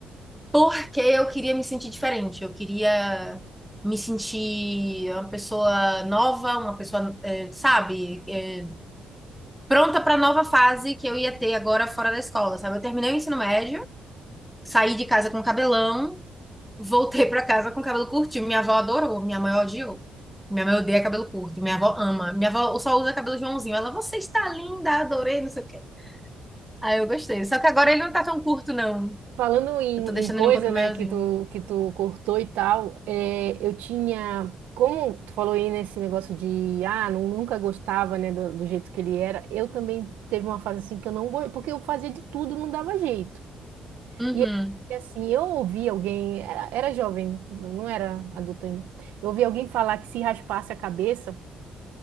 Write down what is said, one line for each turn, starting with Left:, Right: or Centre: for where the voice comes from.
Centre: porque eu queria me sentir diferente, eu queria me sentir uma pessoa nova, uma pessoa, eh, sabe, eh, pronta para a nova fase que eu ia ter agora fora da escola, sabe? Eu terminei o ensino médio, saí de casa com cabelão, Voltei pra casa com cabelo curtinho. Minha avó adorou, minha mãe odiou. Minha mãe odeia cabelo curto, minha avó ama. Minha avó só usa cabelo Joãozinho. Ela, você está linda, adorei, não sei o quê. Aí eu gostei. Só que agora ele não tá tão curto, não.
Right: Falando em,
Centre: Eu tô deixando
Right: em coisa,
Centre: ele um pouquinho
Right: né,
Centre: maiorzinho.
Right: que tu, que tu cortou e tal, é, eu tinha... Como tu falou aí nesse negócio de, ah, nu- nunca gostava, né, do, do jeito que ele era, eu também teve uma fase assim que eu não gostei, porque eu fazia de tudo, não dava jeito.
Centre: Uhum.
Right: E e, assim, eu ouvi alguém, era, era jovem, não era adulto ainda. Eu ouvi alguém falar que se raspasse a cabeça,